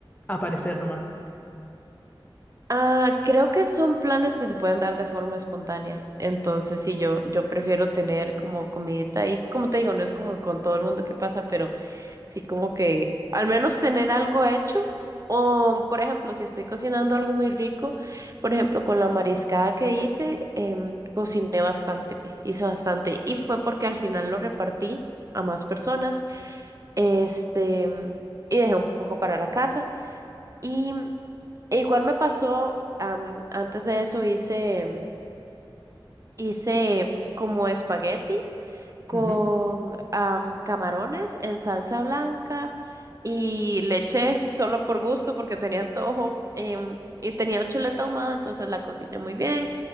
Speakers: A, on the left; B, on the right.
A: aparecer nomás.
B: Ah, creo que son planes que se pueden dar de forma espontánea. Entonces, sí, yo, yo prefiero tener como comidita ahí. Como te digo, no es como con todo el mundo que pasa, pero Sí, como que al menos tener algo hecho. O, por ejemplo, si estoy cocinando algo muy rico, por ejemplo, con la mariscada que hice, em, cociné bastante, hice bastante. Y fue porque al final lo repartí a más personas, este, em, y dejé un poco para la casa. Y mm, e igual me pasó, am, antes de eso hice, em, hice como espagueti con
A: Ujú.
B: am, camarones en salsa blanca y le eché <laughs> solo por gusto porque tenía antojo em, y tenía chuleta ahumada, entonces la cociné muy bien,